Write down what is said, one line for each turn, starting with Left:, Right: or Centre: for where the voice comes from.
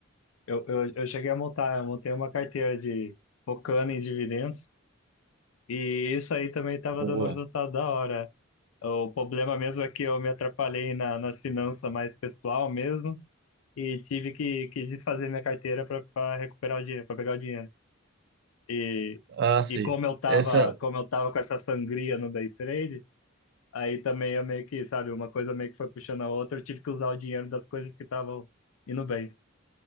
Left: eu, eu, eu cheguei a montar, eu montei uma carteira de focando em dividendos e isso aí também estava
Right: boa.
Left: dando um resultado da hora. O problema mesmo é que eu me atrapalhei na, nas finanças mais pessoal mesmo e tive que, que desfazer minha carteira para recuperar o dinheiro, para pegar o dinheiro. E,
Right: Ah, sim.
Left: e como eu tava,
Right: Essa
Left: como eu tava com essa sangria no day trade, aí também eu meio que, sabe, uma coisa meio que foi puxando a outra, eu tive que usar o dinheiro das coisas que estavam indo bem.